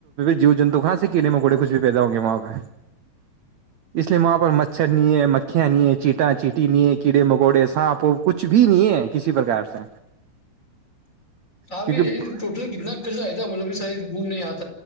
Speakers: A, on the right; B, on the left.
A: جیو جنتو کہاں سے کیڑے مکوڑے کچھ بھی پیدا ہوں گے وہاں پہ اس لیے وہاں پر مچھر نہیں ہے مکھیاں نہیں ہے چیٹا چیٹی نہیں ہے کیڑے مکوڑے سانپ کچھ بھی نہیں ہے کسی پرکار سے
B: آپب
A: کیونکہ
B: یہ ٹوٹل کتنا قرضہ آ مطلب بھی شاہید گھوم نہیں آتا